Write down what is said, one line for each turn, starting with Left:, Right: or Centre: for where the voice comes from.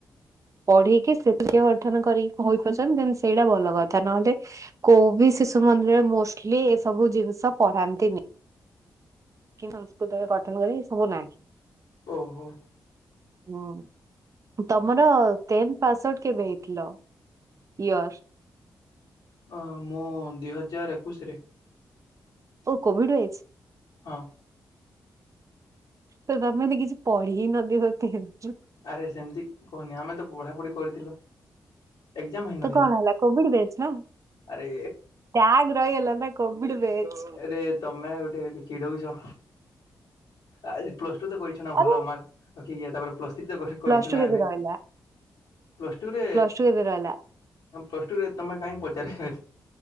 Right: ପଢକି ସେ <unintelligible> ଗଠନ କରି ହୋଇପାରୁଛନ୍ତି ଦେନ ସେଇଟା ଭଲ କଥା ନହେଲେ କୋଉ ବି ଶିଶୁ ମନ୍ଦିରରେ ମୋଷ୍ଟଲି ଏସବୁ ଜିନିଷ ପଢାନ୍ତିନି। କି ସଂସ୍କୃତରେ ପାଠନ କରେ ଏ ସବୁ ନାହିଁ।
Left: ଓହୋ।
Right: ହଁ ତମରେ ଟେନ ପାସ ଆଉଟ କେବେ ହେଇଥିଲ। ଇୟର।
Left: ଅ ମୁଁ ଦିଇ ହଜାର ଏକୋଇଶି ରେ
Right: ଓ କୋଭିଡ ହୋଇଛି।
Left: ହଁ।
Right: ତ ତମେ କିଛି ପଢିହି ନଥିବ। <unintelligible>
Left: ଆରେ ସେମିତି କହନି ଆମେ ତ ପଢାପଢି କରିଥିଲୁ। ଏକ୍ଜାମ ହେଇନଥିଲା
Right: ଏ ତ କଣ ହେଲା କୋଭିିଡ ବେଚ ନା
Left: ଆରେ
Right: ବ୍ୟାଗ ରହିଲା ନା। Covid batch.
Left: ରେ ତମେ ଗୋଟେ ଚିଡଉଛ ଆଜି ପ୍ଲସ <unintelligible> କରିଛୁନା
Right: ଆରେ
Left: ଭଲ ମାର୍କ ରଖିକି ତାପରେ ପ୍ଲସ୍ ଥ୍ରୀ ତ କ-କରିଛୁ
Right: ପ୍ଲସ ଟୁ
Left: ନା
Right: କେବେ
Left: ଏବେ।
Right: ରହିଲା
Left: ପ୍ଲସ୍ ଟୁରେ
Right: ପ୍ଲସ ଟୁ କେବେ ରହିଲା
Left: ପ୍ଲସ୍ ଟୁରେ ତମେ କାହିଁକ ପଚାର